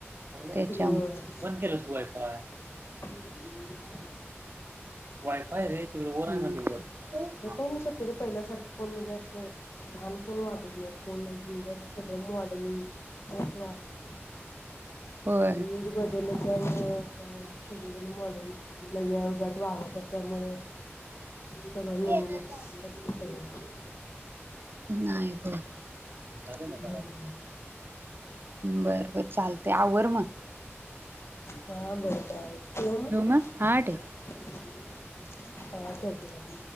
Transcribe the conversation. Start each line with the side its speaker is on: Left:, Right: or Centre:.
Right: त्याच्यामुळे
Left: होय.
Right: स्वैपा
Left: हम् <unintelligible>
Right: वाय फाय रे वर हायना तीकळ
Left: आता कोण शक्यतो पहिल्यासारखं कोण म्हणजे असं घण कोण वागत नाही कोण म्हणजे असं सगळं मॉडेलिंग <unintelligible> वाढलीत वाहते
Right: होय
Left: तेग बजल <unintelligible> च <unintelligible> सगळेजण मॉडेलिंग नव्या युगात वावळत. त्यामुळे. सगळं नवीनच
Right: कोला जात
Left: असतं सगळं
Right: नाही बर
Left: हो
Right: बर बर चालतय आवर मंग
Left: हा बरो <unintelligible> आव ठेवू मग
Right: मग हा ठेव
Left: हा ठेवते मग.